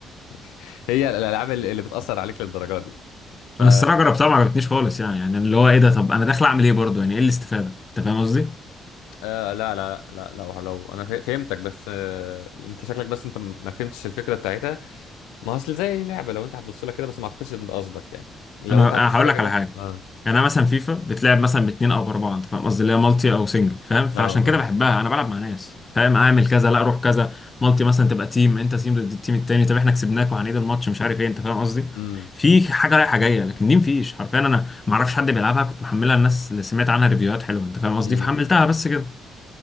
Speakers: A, on the left; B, on the left.
A: <laughs> هي الالعاب اللي اللي بتاثر عليك للدرجه دي يعني ف
B: انا الصراحه جربتها ما عجبتنيش خالص يعني يعني اللي هو ايه ده طب انا داخل اعمل ايه برضه يعني ايه الاستفاده انت فاهم قصدي
A: آه لا لا لا لو لو انا فه- فهمتك بس آه انت شكلك بس انت م- ما فهمتش الفكره بتاعتها ما اصل زي لعبه لو انت هتبص لها كده بس ما اعتقدش ان ده قصدك يعني لو
B: انا
A: انت
B: انا
A: هتبص
B: هقول
A: لها
B: لك
A: كده
B: على حاجه
A: اه
B: يعني انا مثلا فيفا بتلعب مثلا باتنين او باربعه انت فاهم قصدي اللي هي مالتي او سنجل فاهم فعشان
A: اه اه
B: كده بحبها انا بلعب مع ناس فاهم اعمل كذا لا اروح كذا مالتي مثلا تبقى تيم انت تيم ضد التيم التاني طب احنا كسبناك وهنعيد الماتش مش عارف ايه انت فاهم قصدي
A: امم.
B: في حاجه رايحه جايه لكن دي مفيش حرفيا انا ما اعرفش حد بيلعبها كنت محملها الناس اللي سمعت عنها ريفيوهات حلوه انت فاهم قصدي
A: امم
B: فحملتها بس كده